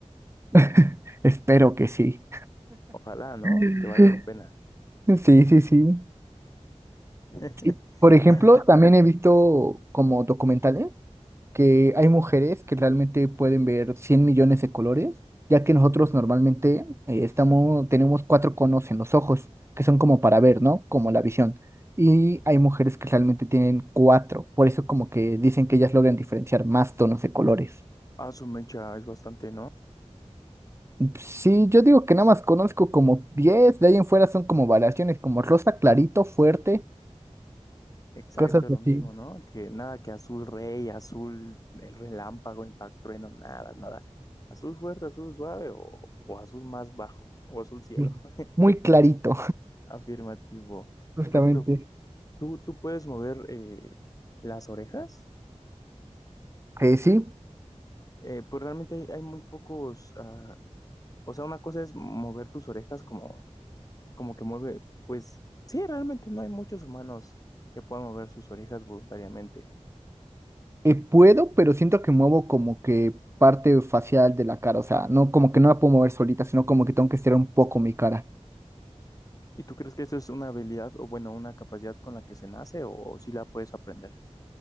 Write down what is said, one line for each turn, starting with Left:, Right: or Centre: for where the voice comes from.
Right: <laughs> Espero que sí.
Left: Ojalá, ¿no?
Right: <laughs>
Left: Que valga la pena.
Right: Sí, sí, sí.
Left: <laughs>
Right: Sí. Por ejemplo, también he visto como documentales. que hay mujeres que realmente pueden ver 100 millones de colores, ya que nosotros normalmente eh, estamos, tenemos cuatro conos en los ojos, que son como para ver, ¿no? Como la visión. Y hay mujeres que realmente tienen cuatro, por eso como que dicen que ellas logran diferenciar más tonos de colores.
Left: Ah, su mecha es bastante, ¿no?
Right: Sí, yo digo que nada más conozco como diez de ahí en fuera son como variaciones, como rosa, clarito, fuerte,
Left: Exacto,
Right: cosas
Left: lo
Right: así.
Left: mismo, ¿no? Que nada, que azul rey, azul el relámpago, impacto, trueno, nada, nada. Azul fuerte, azul suave o, o azul más bajo <laughs> o azul cielo.
Right: Sí.
Left: <laughs>
Right: Muy clarito,
Left: Afirmativo.
Right: <laughs> justamente.
Left: Por ejemplo, ¿tú, tú puedes mover eh, las orejas?
Right: Eh, sí,
Left: Eh, pues realmente hay, hay muy pocos, ah, o sea, una cosa es mover tus orejas como, como que mueve, pues sí, realmente no hay muchos humanos que puedan mover sus orejas voluntariamente.
Right: Eh, puedo, pero siento que muevo como que parte facial de la cara, o sea, no como que no la puedo mover solita, sino como que tengo que estirar un poco mi cara.
Left: ¿Y tú crees que eso es una habilidad o bueno, una capacidad con la que se nace o, si sí la puedes aprender?